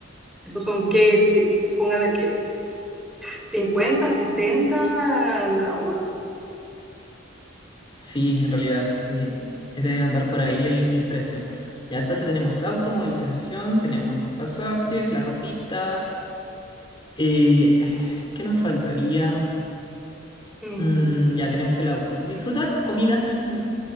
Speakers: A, in the centre; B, on the left.
A: esos son qué, sí, póngale que 50, 60, la hora.
B: Sí, en realidad, y es de andar por ahí el, el precio. Ya entonces tenemos auto, movilización, tenemos los pasajes, la ropita. eh, ¿qué nos faltaría?
A: Mm,
B: Mm, ya tenemos el auto. Disfrutar, comida, <laughs> mm,